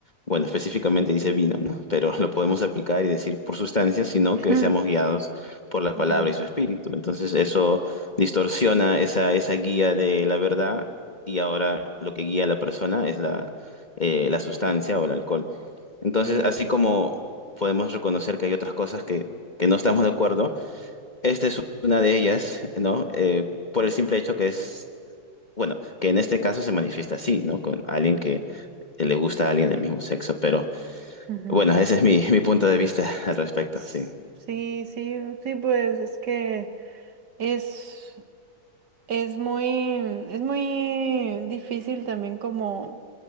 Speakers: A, on the left (about 25°); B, on the right (about 60°).
A: Bueno, específicamente dice vino, ¿no? <laughs> Pero lo podemos aplicar y decir por sustancias, sino
B: <laughs>
A: que
B: ujú,
A: seamos guiados por la palabra
B: ujú.
A: y su espíritu. Entonces eso distorsiona esa, esa guía de la verdad y ahora lo que guía a la persona es la, eh, la sustancia o el alcohol. Entonces,
B: Sí,
A: así
B: sí.
A: como podemos reconocer que hay otras cosas que que no estamos de acuerdo, esta es una de ellas, ¿no? Eh, por el simple hecho que es, bueno, que en este caso se manifiesta así, ¿no? Con alguien que le gusta a alguien del mismo sexo, pero
B: ujú.
A: bueno, ese es mi, <laughs> mi punto de vista al respecto,
B: S-
A: sí.
B: Sí, sí, sí, pues es que es, es muy, es muy difícil también como,